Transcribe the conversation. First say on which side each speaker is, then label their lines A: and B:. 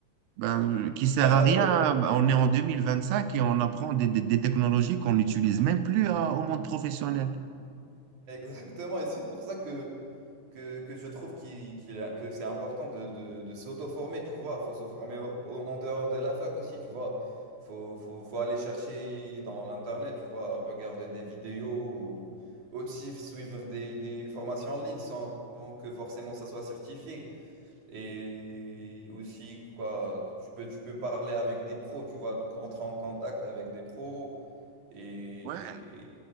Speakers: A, on the right; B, on the right.
A: Ben, qui sert
B: Bah
A: à rien.
B: <laughs> ouais,
A: Ben, on est en 2025 et on apprend des, des- des technologies qu'on n'utilise même plus à- au monde professionnel.
B: exactement. Et c'est pour ça que, que, que je trouve qu'il, qu'il a- que c'est important de, de, de s'auto-former, tu vois. faut se former au- au- en dehors de la fac aussi, tu vois. faut, faut, faut aller chercher dans l'Internet, tu vois, regarder des vidéos ou aussi suivre des, des formations en ligne sans sans que forcément ça soit certifié. Et aussi, quoi, tu peux, tu peux parler avec des pros, tu vois, rentrer en contact avec des pros et,
A: Ouais,